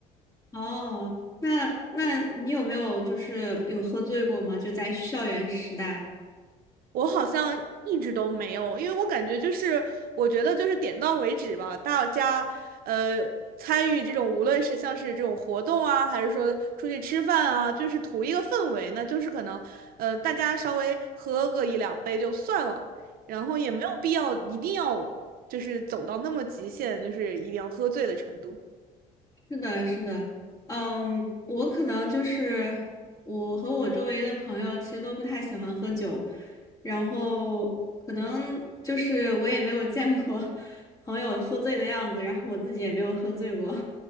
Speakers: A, on the left (about 20°); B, on the right (about 65°).
A: 哦，那那你有没有就是有喝醉过吗？就在校园时代。
B: 我好像一直都没有，因为我感觉就是，我觉得就是点到为止吧。大家呃参与这种，无论是像是这种活动啊，还是说出去吃饭啊，就是图一个氛围，那就是可能呃大家稍微喝个一两杯就算了，然后也没有必要一定要就是走到那么极限，就是一定要喝醉的程度。
A: 是的，是的，嗯，我可能就是我和我周围的朋友其实都不太喜欢喝酒，然后可能就是我也没有见过 <laughs> 朋友喝醉的样子，然后我自己也没有喝醉过，